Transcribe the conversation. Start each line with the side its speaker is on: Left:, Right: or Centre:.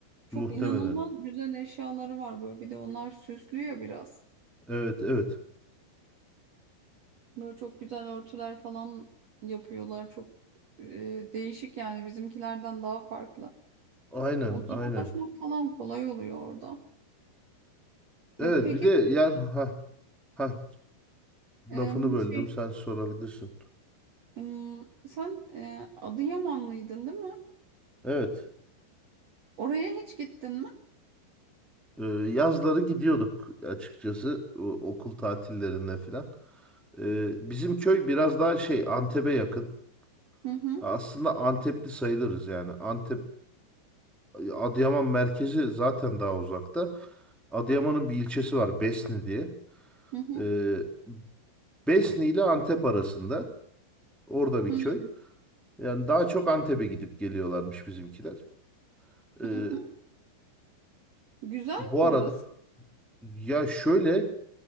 Right: Çok
Centre: muhtemelen.
Right: inanılmaz güzel eşyaları var böyle. Bir de onlar süslüyor biraz.
Centre: Evet evet.
Right: Böyle çok güzel örtüler falan yapıyorlar. Çok e, değişik yani bizimkilerden daha farklı.
Centre: Aynen
Right: Onlara
Centre: aynen.
Right: ulaşmak falan kolay oluyor orada.
Centre: Evet
Right: Ya peki
Centre: bir de yani ha ha
Right: sen,
Centre: lafını böldüm
Right: e, şey
Centre: sen sorabilirsin.
Right: e, sen e, Adıyamanlıydın değil mi?
Centre: Evet.
Right: Oraya hiç gittin mi?
Centre: e, yazları gidiyorduk açıkçası o- okul tatillerinde filan. Ee, bizim köy biraz daha şey Antep'e yakın.
Right: Hı hı.
Centre: Aslında Antepli sayılırız yani. Antep, Adıyaman merkezi zaten daha uzakta. Adıyaman'ın bir ilçesi var Besni diye.
Right: Hı hı,
Centre: Ee, Besni ile Antep arasında. Orada bir
Right: hı
Centre: köy. Yani daha çok Antep'e gidip geliyorlarmış bizimkiler. Ee,
Right: hı. hı. Güzel
Centre: bu
Right: mi
Centre: arada
Right: orası?
Centre: ya şöyle